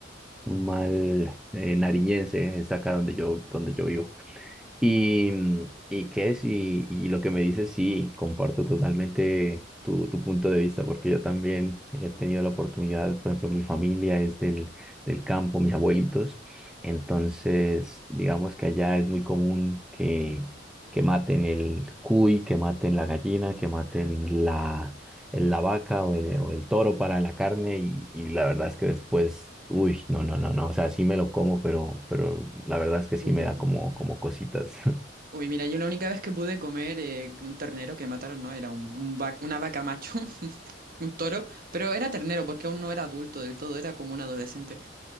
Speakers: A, in the centre; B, on the right.
A: un mal eh, nariñense, está acá donde yo, donde yo vivo. Y, mm, y qué es, y, y lo que me dices, sí, comparto totalmente tu, tu punto de vista, porque yo también he tenido la oportunidad, por ejemplo, mi familia es del, del campo, mis abuelitos, entonces digamos que allá es muy común que, que maten el cuy, que maten la gallina, que maten la el- la vaca o el, o el toro para la carne y, y la verdad es que después, uy, no, no, no, no, o sea, sí me lo como, pero, pero la verdad es que sí
B: Uh.
A: me da como, como cositas. <laughs>
B: Uy, mira, yo la única vez que pude comer eh, un ternero que mataron, no, era un, un va- una vaca macho, <laughs> un toro, pero era ternero porque aún no era adulto del todo, era como un adolescente.